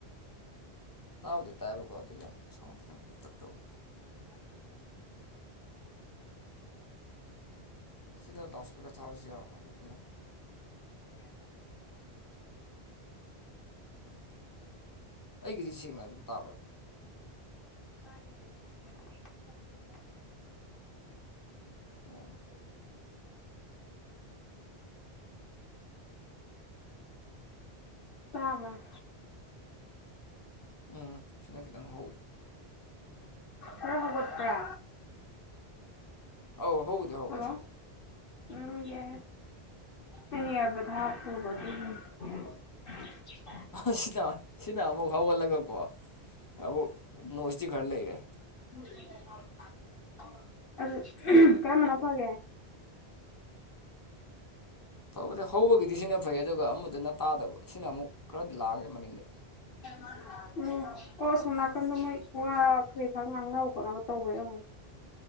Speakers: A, on the left (about 35°); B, on the left (about 60°).
A: ꯇꯥꯕꯨꯗꯤ ꯇꯥꯏꯕꯀꯣ ꯑꯗꯨ ꯌꯥꯝ ꯁꯥꯎꯟ ꯈꯤꯇꯪ ꯄꯤꯛꯇꯛ ꯇꯧꯕ
B: ꯍꯣꯏ ꯈꯔꯗꯤ ꯑꯩꯉꯣꯟꯗꯁꯨ ꯈꯤꯇꯪꯗꯤ ꯇꯥꯛꯄꯦ ꯇꯄ
A: ꯁꯤꯅ ꯂꯥꯎꯠ ꯁ꯭ꯄꯤꯀꯔ ꯊꯥꯕꯁꯨ ꯌꯥꯔꯝꯃꯣꯏꯅꯦ ꯑꯗꯨꯅ
B: ꯀꯦꯕ
A: ꯎꯝ
B: ꯍꯜꯂꯣ
A: ꯑꯩꯒꯤꯗꯤ ꯁꯦꯡꯅ ꯑꯗꯨꯝ ꯇꯥꯕ꯭ꯔꯥ
B: ꯇꯥꯏꯌꯦ ꯑꯗꯨ ꯈꯤꯇꯪꯗꯤ ꯇꯞꯇꯤ ꯇꯞꯄꯦ
A: ꯑꯣ <unintelligible>
B: ꯍꯣ ꯍꯣ ꯇꯥꯕꯔ꯭
A: ꯎꯝ ꯁꯤꯅ ꯈꯤꯇꯪ ꯍꯧꯋꯤ
B: ꯍ ꯍꯒꯠꯄ꯭ꯔꯥ
A: ꯑꯧ ꯍꯧꯕꯨꯗꯤ ꯍꯧꯒꯠꯂꯦ
B: ꯍꯜꯂꯣ ꯎꯝ ꯌꯦ ꯑꯅꯤꯍꯥꯏꯕꯗꯣ <unintelligible> ꯊꯥꯒꯣ <unintelligible>
A: ꯍ ꯁꯤꯅꯥ ꯁꯤꯅꯥ ꯑꯃꯨꯛ ꯍꯧꯒꯠꯂꯒꯀꯣ ꯑꯃꯨꯛ ꯅꯣꯏꯁꯇꯤ ꯈꯔ ꯂꯩꯔꯦ
B: <unintelligible> <unintelligible> ꯑꯗꯨ ꯎꯝ ꯀꯔꯝꯕꯅ ꯐꯒꯦ
A: ꯐꯕꯗꯤ ꯍꯧꯕꯒꯤꯗꯤ ꯁꯤꯅ ꯐꯩ ꯑꯗꯨꯒ ꯑꯃꯗꯨꯅ ꯇꯥꯗꯕ ꯁꯤꯅ ꯑꯃꯨꯛ ꯈꯔꯗꯤ ꯂꯥꯡꯉꯦ ꯃꯅꯤꯡꯗ
B: <inaudible> ꯎꯝ ꯀꯣ ꯁꯣꯝ ꯅꯥꯀꯟꯗ ꯃꯣꯏ ꯉ ꯀꯩ ꯈꯔ ꯉꯥꯡꯅꯕ ꯈꯣꯠꯅꯕ ꯇꯧꯕ ꯌꯥꯎꯉꯅꯦ